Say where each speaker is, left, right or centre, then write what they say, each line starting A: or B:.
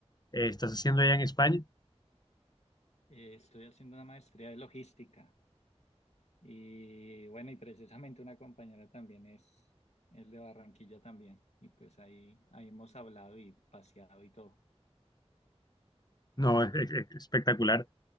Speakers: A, on the left; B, on the left.
A: eh, estás haciendo allá en España?
B: Eh, estoy haciendo una maestría de logística y bueno, y precisamente una compañera también es, es de Barranquilla también. Y pues ahí, ahí hemos hablado y paseado y todo.
A: No, <laughs> es espectacular.